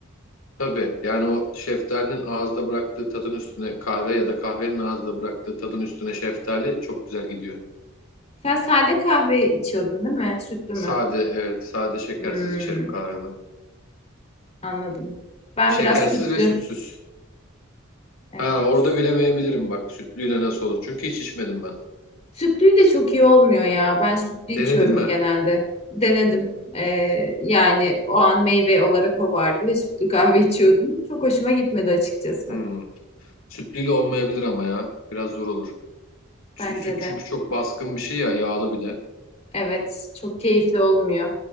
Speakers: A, on the left (about 75°); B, on the left (about 35°).
A: Tabii yani o şeftalinin ağızda bıraktığı tadın üstüne kahve ya da kahvenin ağızda bıraktığı tadın üstüne şeftali çok güzel gidiyor.
B: Sen sade kahve içiyordun değil mi? Sütlü mü?
A: Sade evet sade şekersiz
B: Hmm,
A: içerim kahvemi.
B: anladım. Ben
A: Şekersiz
B: biraz sütlü.
A: ve sütsüz.
B: Evet.
A: Ha orada bilemeyebilirim bak sütlüyle nasıl olur. Çünkü hiç içmedim ben.
B: Sütlü de çok iyi olmuyor ya. Ben sütlü içiyorum
A: Denedin mi?
B: genelde. Denedim. Ee, yani o an meyve olarak o vardı ve sütlü kahve içiyordum. Çok hoşuma gitmedi açıkçası.
A: Hmm. Sütlüyle olmayabilir ama ya. Biraz zor olur.
B: Bence
A: Sü- Süt
B: de.
A: çünkü çok baskın bir şey ya yağlı bir de.
B: Evet, çok keyifli olmuyor.